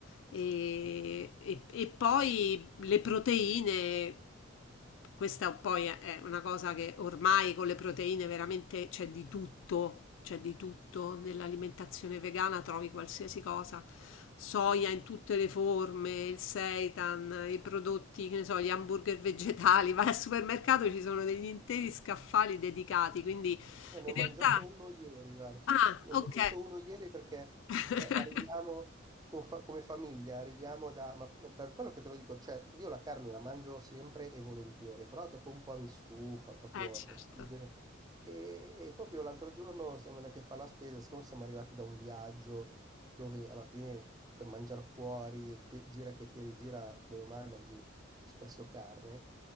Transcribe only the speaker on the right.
Io ne
ho
mangiato uno ieri, guarda.
Ne
ho mangiato uno ieri perché
eh, arriviamo con fa- come famiglia, arriviamo da... Ma per quello che te lo dico, cioè, io la carne la mangio sempre e volentieri, però dopo un po' mi stufa, proprio...
in genere. E, e proprio l'altro giorno siamo andati a fare la spesa, siccome siamo arrivati da un viaggio dove alla fine per mangiare fuori, te- gira che ti rigira, bene o male mangi spesso carne.